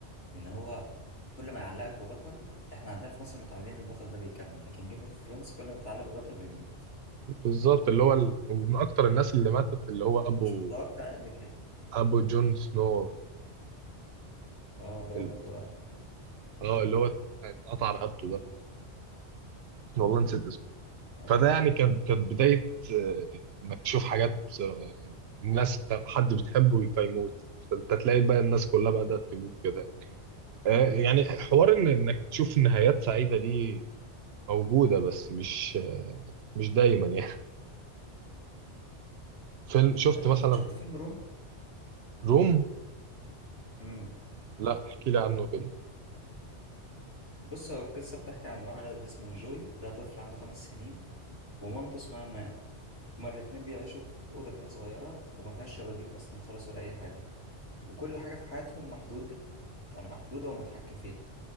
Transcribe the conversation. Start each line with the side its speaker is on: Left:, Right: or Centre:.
Left: إن هو كل ما يعلقك ببطل إحنا عندنا في مصر متعودين إن البطل ده بيكمل لكن جيم اوف ثرونز كل ما تتعلق ببطل بيموت
Right: بالظبط اللي هو ال... ومن اكتر الناس اللي ماتت اللي هو ابو
Left: مش متوقع إيه اللي جاي
Right: ابو جون سنو
Left: أه الواد
Right: ال...
Left: ده واحدة
Right: اه اللي هو اتقطع رقبته ده والله نسيت اسمه
Left: أيوه
Right: فده يعني كانت كانت بدايه آه، انك تشوف حاجات آه، الناس ت- حد بتحبه فيموت فانت تلاقي بقى الناس كلها بدأت تموت كده آه، يعني حوار إن انك تشوف نهايات سعيدة دي موجودة بس مش آه، مش دايما يعني فيلم شفت
Left: أيوه
Right: مثلا
Left: شفت فيلم روم؟
Right: روم
Left: امم
Right: لا احكي لي عنه كده
Left: بص هو القصة بتحكي عن ولد اسمه جوي ده طفل عنده خمس سنين ومامته اسمها ماري هما الاتنين بيعيشوا في أوضة كده صغيرة وما فيهاش شبابيك أصلا خالص ولا أي حاجة وكل حاجة في حياتهم محدود يعني محدودة ومتحكم فيها